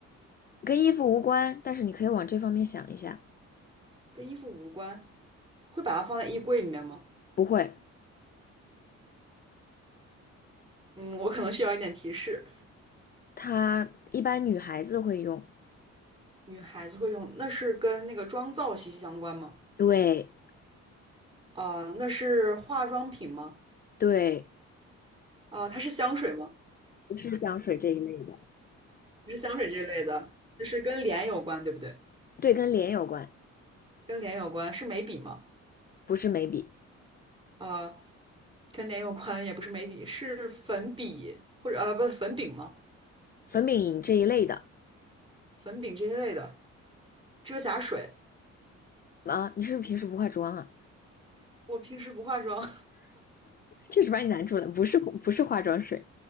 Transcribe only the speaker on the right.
跟衣服无关，会把它放在衣柜里面吗？
嗯，我可能需要一点提示。
女孩子会用，那是跟那个妆造息息相关吗？
啊、那是化妆品吗？
啊、它是香水吗？
不是香水这类的，就是跟脸有关，对不对？
跟脸有关是眉笔吗？
呃，跟脸有关也不是眉笔，是粉笔或者呃不粉饼吗？
粉饼这一类的，遮瑕水。
我平时不化妆，